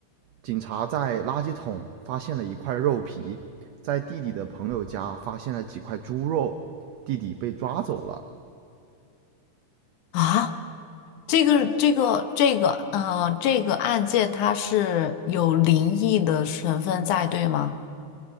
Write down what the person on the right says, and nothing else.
警察在垃圾桶发现了一块肉皮，在弟弟的朋友家发现了几块猪肉，弟弟被抓走了。